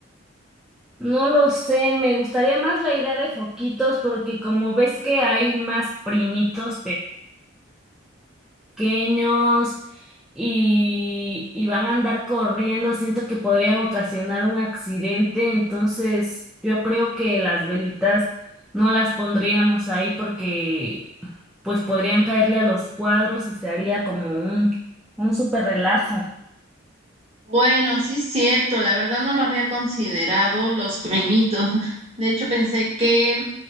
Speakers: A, in the centre; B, on the right.
A: No lo sé, me gustaría más la idea de foquitos porque como ves que hay más primitos pequeños y, y van a andar corriendo, siento que podrían ocasionar un accidente, entonces yo creo que las velitas no las pondríamos ahí porque pues podrían caerle a los cuadros y se haría como un, un súper relajo.
B: Bueno, sí es cierto, la verdad no lo había considerado los primitos. <laughs> De hecho, pensé que